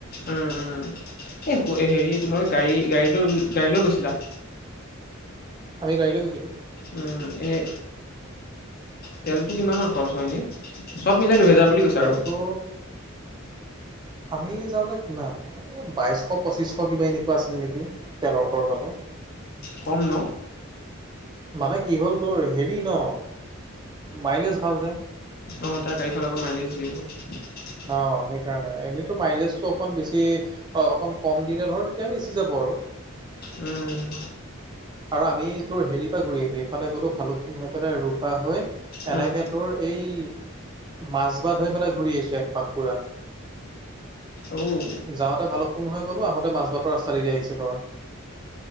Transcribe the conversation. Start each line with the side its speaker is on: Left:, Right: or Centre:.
Left: উম এই হেৰি তোমাৰ গাড়ী গাড়ী লৈ গাড়ী লৈ গৈছিলা।
Right: আমি গাড়ী লৈ গৈছিলো।
Left: উম এনে তেলটো কিমান মান খৰচ হয় এনেই চব মিলাই। দুহেজাৰ বুলি কৈছে
Right: তেলটো
Left: আৰু
Right: আমি যাওঁতে কিমান বাইশ পঁচিশ কিবা এনেকুৱা আছিল নেকি তেলৰ খৰচাতো <unintelligible>
Left: কম ন।
Right: মানে কি হ'ল তোৰ হেৰি ন মাইলেজ ভাল যে।
Left: অ তাৰ গাড়ীখন অকৌ মাইলেজ দিয়ে বহুত
Right: অ সেইকাৰণে এনেইতো মাইলেজটো অকণ বেছি অকণ কম দিলে ধৰ তেতিয়া বেচি যাব আৰু। <unintelligible>
Left: উম।
Right: আৰু আমি তোৰ হেৰিৰ পৰা ঘূৰি আহিলো এইফালে গলো ভালুকপুং হৈ পেলাই ৰূপা হৈ। এনেকে
Left: উম,
Right: তোৰ এই। মাজবাত হৈ পেলাই ঘূৰি আহিছো এক পাক পুৰা।
Left: অ'
Right: যাওঁতে ভালুকপুং হৈ গ'লোঁ আহোঁতে মাজ বাতৰ ৰাস্তা এৰি আহিছোঁ ধৰ। <unintelligible>